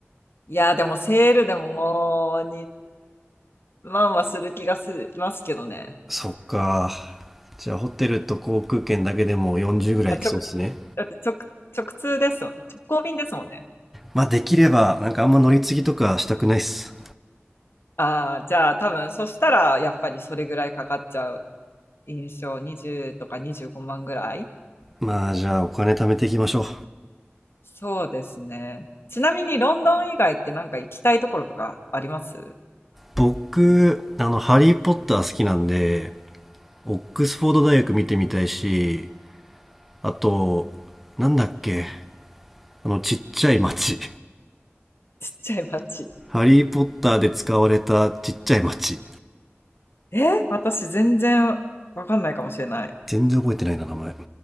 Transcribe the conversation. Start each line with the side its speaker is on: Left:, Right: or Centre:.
Left: いや、でもセールでももうまあまあする気がしますけどね。
Centre: そっか。じゃあホテルと航空券だけでも40ぐらいいきそうですね。
Left: あ、直、だって直、直通ですもん。直行便ですもんね。
Centre: まあできれば、なんかあんま乗り継ぎとかしたくないっす。
Left: ああ、じゃあ多分そしたらやっぱりそれぐらいかかっちゃう印象。20とか25万ぐらい
Centre: まあじゃあお金貯めていきましょう。
Left: そうですね。ちなみにロンドン以外ってなんか行きたいところとかあります
Centre: 僕、あの、ハリー・ポッター好きなんで、オックスフォード大学見てみたいし、あと、なんだっけ、あのちっちゃい町。
Left: <laughs> ちっちゃい街。
Centre: ハリー・ポッターで使われたちっちゃい町。
Left: え私全然わかんないかもしれない。
Centre: 全然覚えてないな、名前。